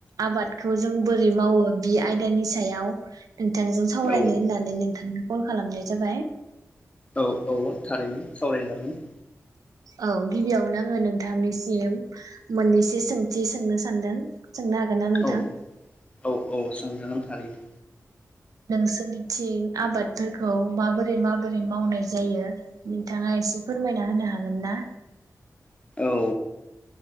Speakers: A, on the right; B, on the left.
A: आबादखौ जों बो बोरै मावो बि आयदानि सायाव नोंथांजों सावरायनो
B: औ
A: होननानै नोंथांनो कल खालामनाय जाबाय।
B: औ औ थारैनो सावरायजागोन ।
A: औ गिबियावनो आङो नोंथांनिसिम मोननैसो सोंथि सोंनो सानदों सोंनो हागोन ना नोंथां?
B: औ औ औ सोंजागोन थारैनो।
A: नोंसोरनि थिं आबादफोरखौ माबोरै माबोरै मावनाय जायो नोंथाङा एसे फोरमायना होनो हागोन ना?
B: औ